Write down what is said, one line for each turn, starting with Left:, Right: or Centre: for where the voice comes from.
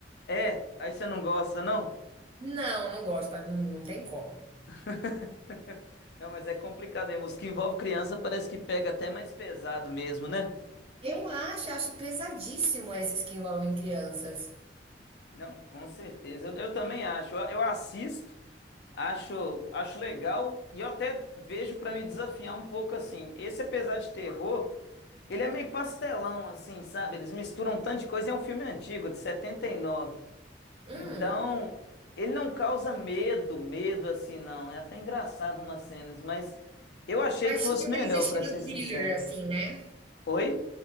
Left: É, aí você não gosta, não?
Right: Não, não gosto, não, não tem como.
Left: <laughs> Não, mas é complicado mesmo. Os que envolvem criança parece que pega até mais pesado mesmo, né?
Right: Eu acho, acho pesadíssimo esses que envolvem crianças.
Left: Não, com certeza. Eu, eu também acho. Eu, eu assisto, acho, acho legal e eu até vejo pra me desafiar um pouco assim. Esse, apesar de terror, ele é meio pastelão, assim, sabe? Eles misturam um tanto de coisa. e É um filme antigo, de 79.
Right: Hum,
Left: Então, ele não causa medo, medo assim, não. É até engraçado umas cenas, mas eu achei
Right: é mais
Left: que fosse
Right: tipo aqueles
Left: melhor,
Right: estilo
Left: pra ser
Right: thriller,
Left: sincero.
Right: assim, né?
Left: Oi?